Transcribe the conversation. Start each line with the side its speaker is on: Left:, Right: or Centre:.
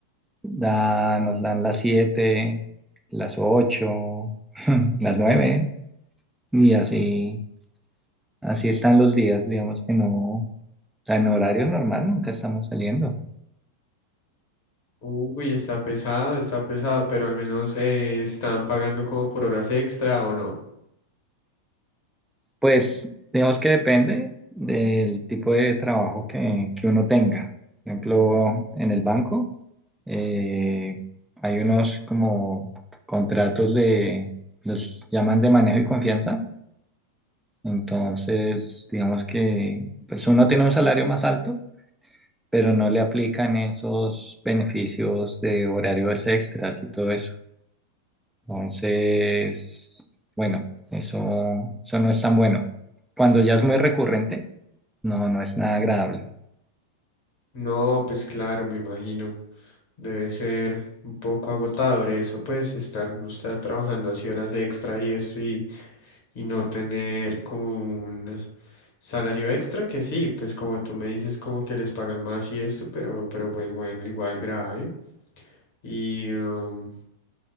Centre: Da, nos dan las 7, las 8, <laughs> las 9 y así Así están los días, digamos que no, o sea, en horario normal nunca estamos saliendo.
Left: Uy, está pesado, está pesado, pero al menos eh, están pagando como por horas extra o no.
Centre: Pues digamos que depende del tipo de trabajo que, que uno tenga. Por ejemplo, en el banco eh, hay unos como contratos de, los llaman de manejo y confianza. Entonces, digamos que pues uno tiene un salario más alto, pero no le aplican esos beneficios de horarios extras y todo eso. Entonces, bueno, eso, eso no es tan bueno. Cuando ya es muy recurrente, no, no es nada agradable.
Left: No, pues claro, me imagino. Debe ser un poco agotador eso, pues estar, no estar trabajando así horas extra y esto y, y no tener como un salario extra, que sí, pues como tú me dices, como que les pagan más y esto, pero, pero pues bueno, igual grave. Y, um,